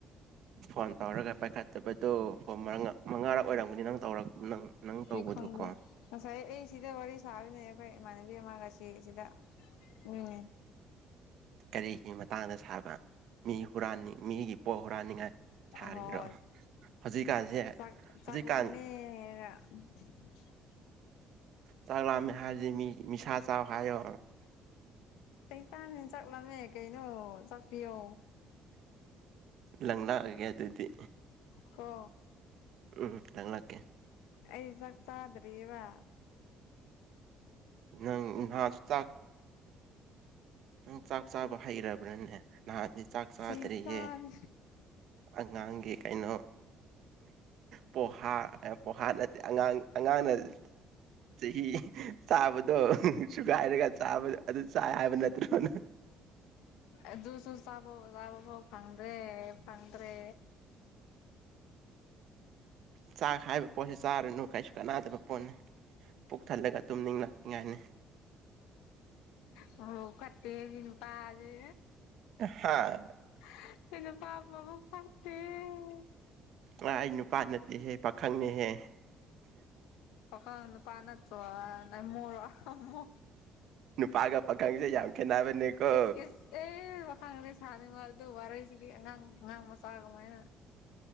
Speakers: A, on the right; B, on the left.
A: ꯐꯣꯟ ꯇꯧꯔꯒ ꯄꯥꯏꯈꯠꯇꯕꯗꯣ ꯐꯣꯟ ꯃꯉꯥꯔꯛ ꯑꯣꯏꯔꯝꯒꯅꯤ ꯅꯪ ꯇꯧꯔꯛꯄ ꯅꯪ ꯇꯧꯕꯗꯣꯀꯣ
B: ꯑꯩ ꯈꯪꯗꯦ ꯉꯁꯥꯏ ꯑꯩ ꯁꯤꯗ ꯋꯥꯔꯤ ꯁꯥꯕꯅꯦ ꯑꯩꯈꯣꯏ ꯏꯃꯥꯟꯅꯕꯤ ꯑꯁꯤꯒꯤ ꯁꯤꯗ ꯎꯝ
A: ꯀꯔꯤꯒꯤ ꯃꯇꯥꯡꯗ ꯁꯥꯕ ꯃꯤ ꯍꯨꯔꯥꯟꯅꯤꯡ ꯃꯤꯒꯤ ꯄꯣꯠ ꯍꯨꯔꯥꯟꯅꯤꯡꯉꯥꯏ ꯁꯥꯔꯤꯔꯣ
B: ꯍꯣꯏ
A: ꯍꯧꯖꯤꯛꯀꯥꯟꯁꯦ
B: ꯆꯥꯛ
A: ꯍꯧꯖꯤꯛꯀꯥꯟ
B: ꯆꯥꯛ <unintelligible>
A: ꯆꯥꯛ ꯂꯥꯑꯃꯦ ꯍꯥꯏꯔꯤꯁꯦ ꯃꯤ ꯅꯤꯁꯥ ꯆꯥꯎ ꯍꯥꯏꯌꯣ
B: ꯇꯥꯡꯅꯤꯅ ꯆꯥꯛ ꯂꯝꯃꯦ ꯀꯩꯅꯣ ꯆꯥꯛ ꯄꯤꯌꯣ
A: ꯂꯪ ꯂꯥꯛꯑꯒꯦ ꯑꯗꯨꯗꯤ
B: ꯍꯣ
A: ꯎꯝ ꯂꯪꯂꯛꯀ‌ꯦ
B: ꯑꯩꯆꯛ ꯆꯗ꯭ꯔꯤꯕ
A: ꯅꯪ ꯉꯍꯥꯁꯨ ꯆꯥꯛ ꯅꯪ ꯆꯥꯛ ꯆꯥꯕ ꯍꯩꯔꯕ꯭ꯔꯥꯅꯦ ꯅꯍꯥꯟꯗꯤ ꯆꯥꯛ ꯆꯥꯗ꯭ꯔꯤꯌꯦ
B: ꯆꯩ ꯆꯥꯅꯤ
A: ꯑꯉꯥꯡꯒꯤ ꯀꯩꯅꯣ ꯄꯣꯍꯥ ꯄꯣꯍꯥ ꯅꯠ ꯑꯉꯥꯡ ꯑꯉꯥꯡꯅ ꯆꯍꯤ ꯆꯥꯕꯗꯣ ꯁꯨꯒꯥꯏꯔꯒ ꯆꯥꯕꯗ ꯑꯗꯨ ꯆꯥ ꯍꯥꯏꯕ ꯅꯠꯇꯦ <unintelligible>
B: ꯑꯗꯨꯨꯁꯨꯨ ꯆꯥꯕ ꯆꯥꯕ ꯐꯥꯎ ꯐꯪꯗ꯭ꯔꯦ ꯐꯪꯗ꯭ꯔꯦ
A: ꯆꯥꯛ ꯍꯥꯏꯕ ꯄꯣꯠꯁꯤ ꯆꯥꯔꯨꯅꯨ ꯀꯩꯁꯨ ꯀꯥꯟꯅꯗꯕ ꯄꯣꯠꯅꯤ ꯄꯨꯣꯛꯛ ꯊꯜꯂꯒ ꯇꯨꯝꯅꯤꯡꯂꯛꯅꯤꯡꯉꯥꯏꯅꯤ
B: ꯃꯕꯨꯛ ꯐꯠꯇ‌ꯦ ꯁꯤꯅꯨꯄꯥꯖꯤ
A: ꯍꯥꯥ
B: <unintelligible>
A: ꯃꯥ ꯑꯩ ꯅꯨꯄꯥ ꯅꯠꯇꯦꯍꯦ ꯄꯥꯈꯪꯅꯦꯍꯦ
B: ꯅꯪ ꯅꯨꯄꯥ ꯅꯠ ꯇꯔ‌ꯣ ꯍ‌ꯣꯃꯣꯔ‌ꯣ
A: ꯄꯥꯒ ꯄꯥꯈꯪꯁꯦ ꯌꯥꯝ ꯈꯦꯠꯅꯕꯅꯦꯀꯣ
B: ꯏꯁ ꯏꯁ ꯑꯦ ꯄꯈꯪꯗꯤ ꯁꯥꯅꯤꯡꯕ ꯑꯗꯨ ꯋꯥꯔꯤꯁꯤꯗꯤ ꯑꯉꯥꯡ ꯑꯉꯥꯡ ꯃꯆꯥ ꯀꯃꯥꯏꯅ